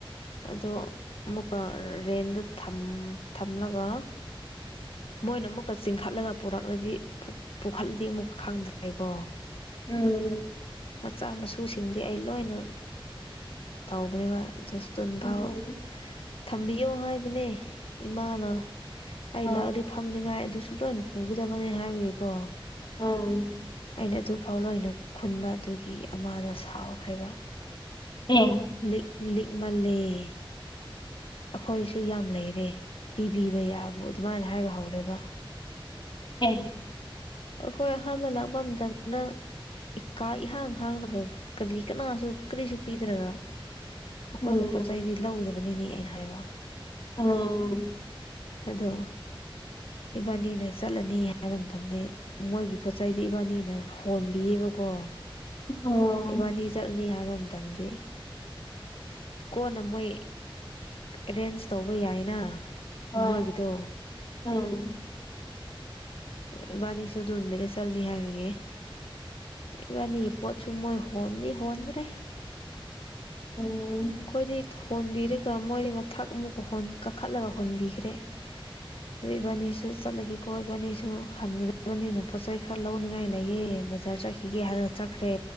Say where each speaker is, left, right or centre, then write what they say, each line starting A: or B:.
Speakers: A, on the left; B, on the left.
A: ꯑꯗꯣ ꯑꯃꯨꯛꯀ ꯔꯦꯟꯗꯥ ꯊꯝ ꯊꯝꯂꯒ ꯃꯣꯏꯅ ꯑꯃꯨꯛꯀ ꯆꯤꯡꯈꯠꯂꯒ ꯄꯨꯔꯛꯂꯗꯤ ꯄꯨꯈꯠꯂꯗꯤ ꯑꯃꯨꯛꯀ ꯈꯪꯗ꯭ꯔꯦꯀꯣ
B: ꯎꯝ
A: ꯃꯆꯥ ꯃꯁꯨꯁꯤꯡꯗꯤ ꯑꯩ ꯂꯣꯏꯅ ꯇꯧꯕꯅꯦꯕ <unintelligible> ꯇꯨꯟ
B: ꯎꯝ
A: ꯐꯥꯎ ꯊꯝꯕꯤꯌꯣ ꯍꯥꯏꯕꯅꯦ ꯏꯃꯥꯅ ꯑꯩ
B: ꯑ
A: ꯂꯥꯛꯑꯗꯤ ꯐꯝꯅꯤꯉꯥꯏ ꯑꯗꯨꯁꯨ ꯂꯣꯏꯅ ꯄꯨꯒꯗꯕꯅꯦ ꯍꯥꯏꯕꯒꯤꯀꯣ
B: ꯑꯝ
A: ꯑꯩꯅ ꯑꯗꯨꯐꯥꯎ ꯂꯣꯏꯅ ꯈꯨꯟꯕ ꯑꯗꯨꯒꯤ ꯑꯃꯥꯗꯣ ꯁꯥꯎꯈ꯭ꯔꯦꯕ
B: ꯑꯦ
A: ꯂꯤꯛ ꯂꯤꯛꯃꯜꯂꯦꯌꯦ ꯑꯩꯈꯣꯏꯁꯨ ꯌꯥꯝ ꯂꯩꯔꯦ ꯄꯤꯕꯤꯕ ꯌꯥꯕꯨ ꯑꯗꯨꯃꯥꯏꯅ ꯍꯥꯏꯕ ꯍꯧꯔꯦꯕ
B: ꯑꯦ
A: ꯑꯩꯈꯣꯏ ꯑꯍꯥꯟꯕ ꯂꯥꯛꯄ ꯃꯇꯝꯗ ꯏꯀꯥ ꯏꯍꯥꯡ ꯍꯥꯡꯂꯒ ꯀ꯭ꯔꯤ ꯀꯅꯥꯁꯨ ꯀ꯭ꯔꯤꯁꯨ ꯄꯤꯗ꯭ꯔꯒ ꯃꯈꯣꯏꯕꯨ
B: ꯎꯝ
A: ꯄꯣꯠ ꯆꯩꯗꯤ ꯂꯧꯗꯕꯅꯤꯅꯦ ꯑꯩꯅ ꯍꯥꯏꯕ
B: ꯎꯝ
A: ꯑꯗꯣ ꯏꯕꯥꯅꯤꯅ ꯆꯠꯂꯅꯤ ꯍꯥꯏꯕ ꯃꯇꯝꯗꯤ ꯃꯣꯏꯒꯤ ꯄꯣꯠ ꯆꯩꯗꯤ ꯏꯕꯥꯅꯤꯅ ꯍꯣꯟꯕꯤꯌꯦꯕꯀꯣ
B: ꯎꯝ
A: ꯏꯕꯥꯅꯤ ꯆꯠꯂꯅꯤ ꯍꯥꯏꯕ ꯃꯇꯝꯗꯤ ꯀꯣꯟꯅ ꯃꯣꯏ ꯑꯦꯔꯦꯟꯖ ꯇꯧꯕ ꯌꯥꯏꯅ
B: ꯍꯣꯏ
A: ꯃꯣꯏꯒꯤꯗꯣ
B: ꯎꯝ
A: ꯏꯕꯥꯅꯤꯁꯨ ꯑꯗꯨ ꯅꯨꯃꯤꯠꯇ ꯆꯪꯅꯤ ꯍꯥꯏꯕꯒꯤꯦ ꯏꯕꯥꯅꯤ ꯄꯣꯠ ꯁꯨꯃꯣꯏ ꯍꯣꯟꯗꯤ ꯍꯣꯟꯗꯔꯦ
B: ꯎꯝ
A: ꯑꯩꯈꯣꯏꯗꯤ ꯊꯣꯟꯕꯤꯔꯒ ꯃꯣꯏꯗꯤ ꯃꯊꯥꯛ ꯑꯃꯨꯛꯀ ꯍꯣꯟ ꯀꯥꯈꯠꯂꯒ ꯍꯣꯟꯕꯤꯈ꯭ꯔꯦ <inaudible> ꯑꯗꯨ ꯏꯕꯥꯅꯤꯁꯨ ꯆꯠꯂꯒꯦꯀꯣ ꯏꯕꯥꯅꯤꯁꯨ ꯍꯟꯒꯗꯕꯅꯤꯅ ꯄꯣꯠ ꯆꯩ ꯈꯔ ꯂꯧꯅꯤꯡꯉꯥꯏ ꯂꯩꯌꯦ ꯕꯖꯥꯔ ꯆꯠꯈꯤꯒꯦ ꯍꯥꯏꯔꯒ ꯆꯠꯈ꯭ꯔꯦ